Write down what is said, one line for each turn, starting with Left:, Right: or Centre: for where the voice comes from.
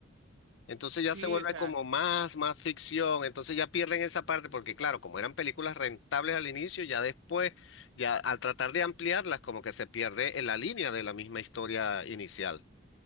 Left: Entonces ya
Right: Sí,
Left: se vuelve
Right: o sea,
Left: como más, más ficción, entonces ya pierden esa parte porque claro, como eran películas rentables al inicio, ya después, ya al tratar de ampliarlas, como que se pierde en la línea de la misma historia inicial.